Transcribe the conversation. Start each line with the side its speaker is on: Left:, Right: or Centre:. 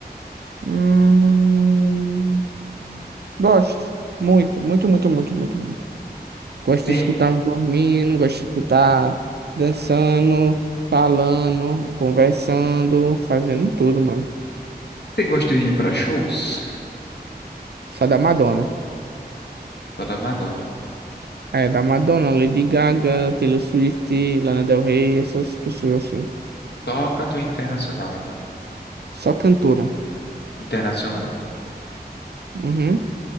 Right: Hum... Gosto. Muito, muito, muito, muito, muito. muito. Gosto
Left: Tem,
Right: de escutar dormindo, gosto de escutar dançando, falando, conversando, fazendo tudo, mano.
Left: Você gosta de ir pra shows?
Right: Só da Madonna.
Left: Sou da Madonna.
Right: É, da Madonna, Lady Gaga, Taylor Swift, Lana Del Rey, essas pessoas assim.
Left: Só cantor internacional, então.
Right: Só cantora.
Left: Internacional.
Right: Uhum.